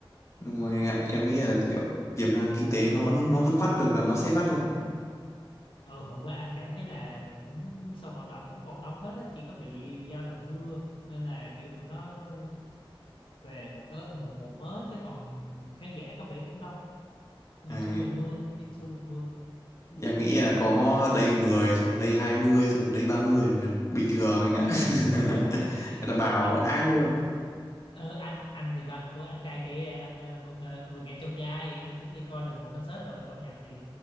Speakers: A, on the left; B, on the left.
A: Đúng rồi anh ạ, em nghĩ là kiểu tiềm năng kinh tế nó vẫn- nó vẫn vắt được là nó sẽ vắt thôi.
B: ừ hôm qua anh cảm thấy là cũng sân vận động cũng còn đông phết á chỉ có bị giao là mưa nên là kiểu tụi nó về một đợt một một mớ chứ còn khán giả có vẻ cũng đông mà
A: À,
B: xui là mưa dính xui mưa
A: em nghĩ là có đây 10 xong đây 20 xong đây 30 là bình thường anh ạ.
B: <laughs>
A: <laughs> Người ta bảo
B: à,
A: ác
B: à,
A: luôn.
B: ờ anh anh thì van của anh trai kia anh ờ, vừa ờ, vừa ngàn trong gai anh cũng đi coi được một concert rồi công nhận thì